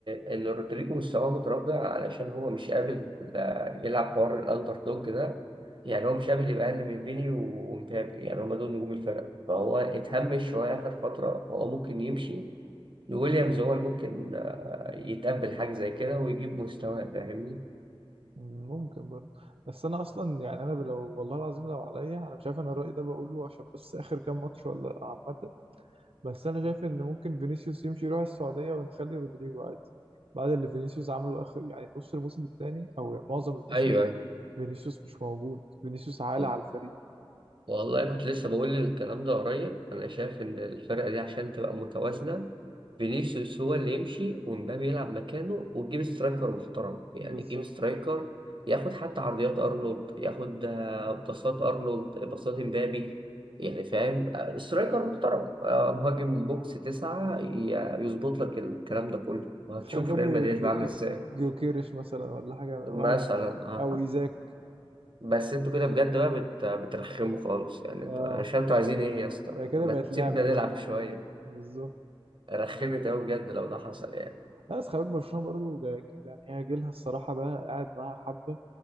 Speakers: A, on the right; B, on the right.
A: إن رودريجو مستواه متراجع علشان هو مش قابل لا- يلعب حوار الأندر دوج ده يعني هو مش قابل يبقى أقل من فيني ومبابي يعني هما دول نجوم الفرقة فهو اتهمش شوية آخر فترة فهو ممكن يمشي ويليامز هو اللي ممكن آه، يتقبل حاجة زي كده ويجيب مستواه فاهمني؟
B: مم، ممكن برضه بس انا اصلا يعني انا لو والله العظيم لو عليا انا مش عارف انا الراي ده بقوله عشان بس اخر كام ماتش ولا لأ عامه بس انا شايف ان ممكن فينيسيوس يمشي يروح السعوديه ونخلي رودريجو عادي بعد اللي فينيسيوس عمله اخر يعني نص الموسم الثاني او يعني معظم الموسم
A: ايوه
B: فينيسيوس مش موجود فينيسيوس عالة
A: ايوه
B: على الفريق
A: والله كنت لسه بقول الكلام ده قريب انا شايف ان الفرقه دي عشان تبقى متوازنه فينيسيوس هو اللي يمشي ومبابي يلعب مكانه وتجيب سترايكر محترم يعني
B: بالظبط
A: تجيب سترايكر ياخد حتى عرضيات ارنولد ياخد آه، باصات ارنولد باصات مبابي يعني فاهم آه، سترايكر محترم آه، مهاجم بوكس تسعة ي- يظبط لك الكلام ده كله وهتشوف
B: تخيل جابوا
A: ريال مدريد
B: جيوكي
A: عامل ازاي
B: جيوكيرش مثلا ولا حاجه واحد
A: مثلا
B: من هذه.
A: اه
B: او ايزاك
A: بس انتوا كده بجد بقى بت... بترخموا خالص يعني
B: اه
A: انتوا انا مش فاهم انتوا عايزين ايه يا اسطى
B: هي كده
A: ما
B: بقت
A: تسيبنا
B: لعبه
A: نلعب شويه
B: بالظبط
A: رخمت قوي بجد لو ده حصل يعني
B: لا بس خلي بالك برشلونة برضه جا- يعني هي جيلها الصراحة ده قاعد معاها حبة